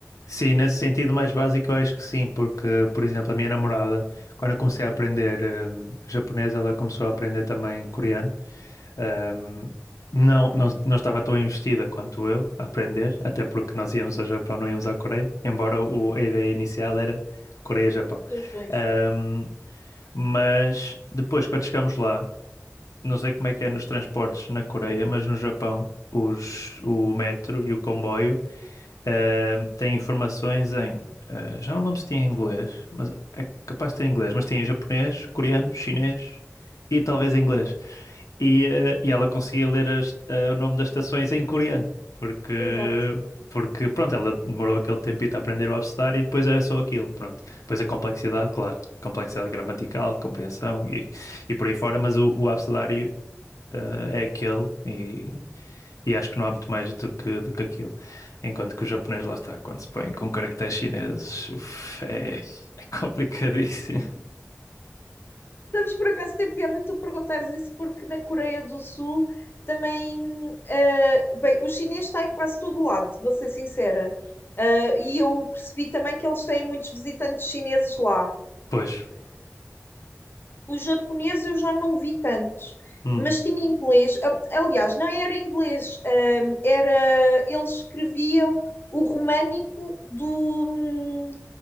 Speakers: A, on the left (about 85°); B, on the left (about 40°).
A: Sim, nesse sentido mais básico eu acho que sim, porque, por exemplo, a minha namorada, quando eu comecei a aprender hum, japonês, ela começou a aprender também coreano. Ahm, não, não, não estava tão investida quanto eu a aprender, até porque nós íamos ao Japão, não íamos à Coreia, embora o, a ideia inicial era Coreia-Japão.
B: Dos dois.
A: Ahm, mas depois, quando chegamos lá, não sei como é que é nos transportes na Coreia, mas no Japão, os, o metro e o comboio. Ahm, tem informações em. ah, já não me lembro se tinha em inglês, mas é capaz de ter em inglês, mas tem em japonês, coreano, chinês e talvez inglês. E, ah, e ela conseguia ler as- ah, o nome das estações em coreano, porque,
B: Exato.
A: porque pronto, ela demorou aquele tempito a aprender o abecedário e depois era só aquilo, pronto. Depois a complexidade, claro, complexidade gramatical, compreensão e, e por aí fora, mas o, o abecedário eh, é aquele e, e acho que não há muito mais do que, do que aquilo. Enquanto que o japonês, lá está, quando se põe com caracteres chineses, uf, é, é <laughs> complicadíssimo.
B: Sabes, por acaso tem piada tu perguntares isso, porque na Coreia do Sul também. eh, bem, o chinês está em quase todo lado, vou ser sincera. Eh, e eu percebi também que eles têm muitos visitantes chineses lá.
A: Pois.
B: O japonês eu já não vi tanto,
A: Hum.
B: mas tinha inglês. Ah, Aliás, não era inglês, ah, era eles escreviam o românico do, hum,